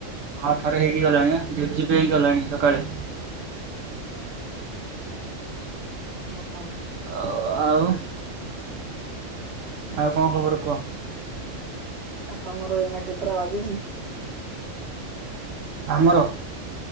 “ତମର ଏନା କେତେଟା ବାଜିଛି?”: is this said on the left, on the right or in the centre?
Right